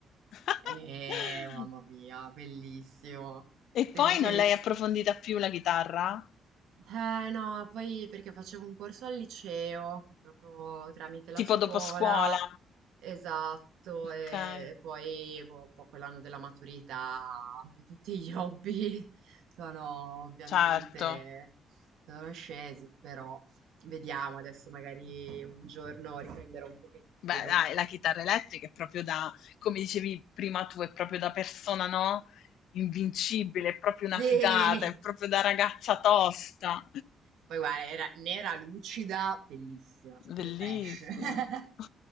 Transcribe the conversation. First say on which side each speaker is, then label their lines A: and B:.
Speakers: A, on the left (about 80°); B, on the right (about 80°).
A: <laughs>
B: e mamma mia, bellissimo.
A: E poi
B: Te invece...
A: non
B: hai
A: l'hai approfondita più la chitarra?
B: eh no, poi perché facevo un corso al liceo, proprio tramite la
A: Tipo
B: scuola,
A: dopo scuola?
B: esatto, e,
A: Okay,
B: e poi boh, un po' quell'anno della maturità, un po' tutti gli hobby <laughs> sono ovviamente
A: certo.
B: sono scesi, però vediamo adesso magari un giorno riprenderò un pochettino.
A: Beh dai, la chitarra elettrica è proprio da come dicevi prima tu, è proprio da persona, no, invincibile, è proprio
B: Sì!
A: una figata, è proprio da ragazza tosta.
B: Poi guarda, era nera, lucida, bellissima, cioè proprio
A: Bellissimo.
B: trash. <laughs>
A: <laughs>